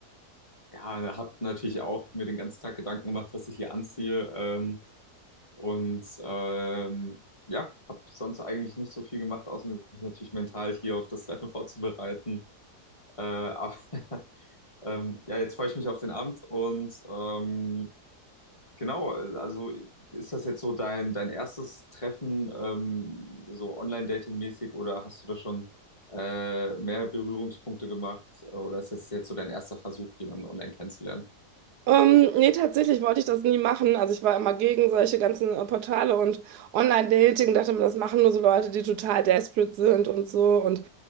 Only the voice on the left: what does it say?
Ja, hab natürlich auch mir den ganzen Tag Gedanken gemacht, was ich hier anziehe. Ähm, und ähm, ja, hab sonst eigentlich nicht so viel gemacht, außer mich natürlich mental hier auf das Treffen vorzubereiten. Äh, aber <laughs> ähm, ja, jetzt freue ich mich auf den Abend und ähm, Genau, also ist das jetzt so dein, dein erstes Treffen, ähm, so Online-Dating-mäßig, oder hast du da schon äh, mehr Berührungspunkte gemacht? Oder ist das jetzt so dein erster Versuch, jemanden online kennenzulernen?